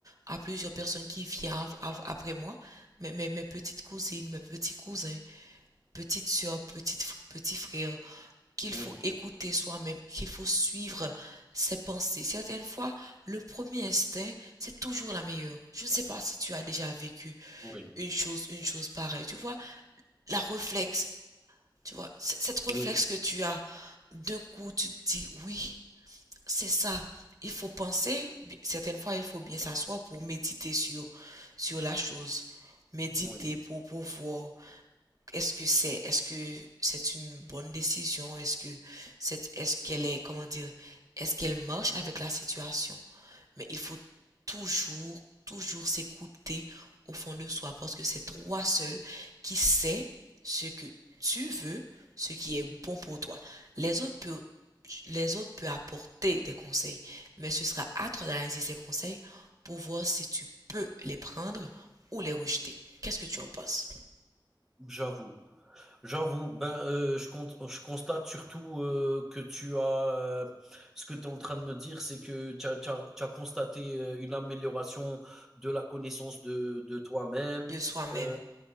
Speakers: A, on the right (about 45°); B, in the centre.
A: à plusieurs personnes qui viennent av- av- après moi, mes, mes, mes petites cousines, mes petits cousins, petites soeurs, petites, fr- petits frères, qu'il
B: Oui,
A: faut écouter soi-même, qu'il faut suivre ses pensées. Certaines fois, le premier instinct, c'est toujours la meilleure. Je ne sais pas si tu as déjà vécu
B: oui,
A: une chose, une chose pareille. Tu vois, la réflexe, tu vois, c- cette réflexe
B: oui,
A: que tu as, d'un coup, tu te dis oui. C'est ça. Il faut penser, bi- certaines fois, il faut bien s'asseoir pour méditer sur, sur la chose. Méditer
B: oui,
A: pour, pour voir est-ce que c'est, est-ce que c'est une bonne décision, est-ce que c'est, est-ce qu'elle est, comment dire, est-ce qu'elle marche avec la situation. Mais il faut toujours, toujours s'écouter au fond de soi parce que c'est toi seul qui sais ce que tu veux, ce qui est bon pour toi. Les autres peuvent, les autres peuvent apporter des conseils, mais ce sera à toi d'analyser ces conseils pour voir si tu peux les prendre ou les rejeter. Qu'est-ce que tu en penses
B: j'avoue. J'avoue, ben, heu, je compte je constate surtout, heu, que tu as, heu, ce que tu es en train de me dire, c'est que tu as tu as tu as constaté, heu, une amélioration de la connaissance de de toi-même,
A: de soi-même?
B: euh,